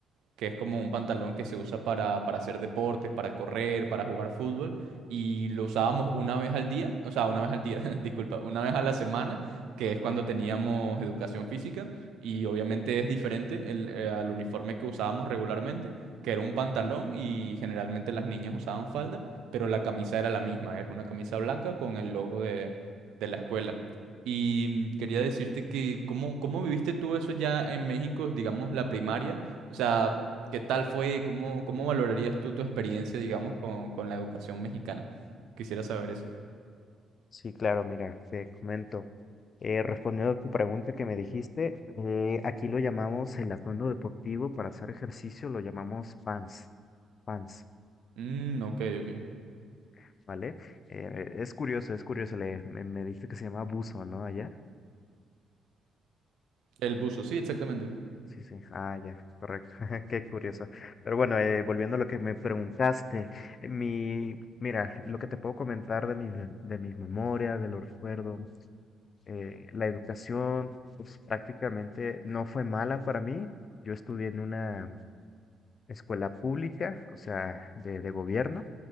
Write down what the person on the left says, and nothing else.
Sí, claro, mira, te comento. Eh, respondiendo a tu pregunta que me dijiste, eh, aquí lo llamamos el atuendo deportivo para hacer ejercicio, lo llamamos pants, pants,
Mm. ¿vale? Eh, es curioso, es curioso, le, me, me dijiste que se llama buzo, ¿no? Allá.
Sí, sí, ah, ya, correcto, <laughs> qué curioso. Pero bueno, eh, volviendo a lo que me preguntaste, mi, mira, lo que te puedo comentar de mis, de mis memorias, de los recuerdos, eh, la educación pues, prácticamente no fue mala para mí. Yo estudié en una escuela pública, o sea, de, de gobierno,